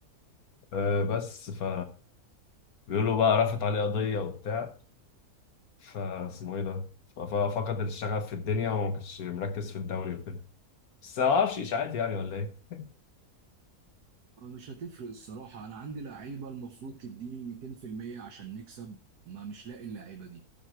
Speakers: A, on the left; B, on the right.
A: آه، بس ف بيقولوا بقى رفعت عليه قضيه وبتاع فاسمه ايه ده ف- ففقد الشغف في الدنيا وما كانش مركز في الدوري وكده بس ما اعرفش اشاعات يعني ولا ايه
B: آه، مش هتفرق الصراحة أنا عندي لعيبة المفروض تديني 200% عشان نكسب ما مش لاقي اللعيبة دي